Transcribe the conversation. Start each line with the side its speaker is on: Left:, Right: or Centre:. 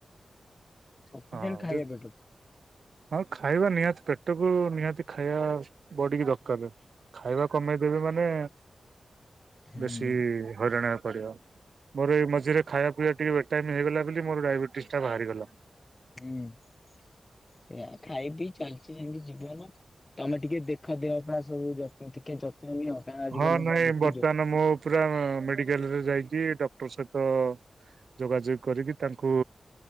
Left: ସଫିସିଏଣ୍ଟ
Right: ହଁ,
Left: ଖାଇବା
Right: ଯେ
Left: ପେଟ ପାଇଁ।
Right: ହଁ ଖାଇବା ନିହାତି ପେଟକୁ ନିହାତି ଖାଇବା ବଡିକି ଦରକାରେ। ଖାଇବା କମେଇଦେବେ ମାନେ
Left: ହୁଁ
Right: ବେଶୀ ହଇରାଣରେ ପଡିବ। ମୋର ଏଇ ମଝିରେ ଖାଇବା ପିଇବା ଟିକେ ବେଟାଇମ୍ ହେଇଗଲା ବୋଲି, ମୋର ଡାଇବେଟିସ୍ ଟା ବାହାରିଗଲା।
Left: ହୁଁ ଏଇଆ ଖାଇ, ପି ଚାଲିଚି ସେମିତ ଜୀବନ। ତମେ ଟିକେ ଦେଖ ଦେହ ପା ସବୁ ଯ ଟିକେ ଯ <unintelligible> କାରଣ ଆଜିିକାଲି
Right: ହଁ ନାଇଁ
Left: ଦେଖୁଚୁ
Right: ବର୍ତ୍ତମାନ ମୁଁ ପୁରା ମେଡିକାଲରେ ଯାଇକି ଡକ୍ଟର ସହିତ ଯୋଗାଯୋଗ କରିକି ତାଙ୍କୁ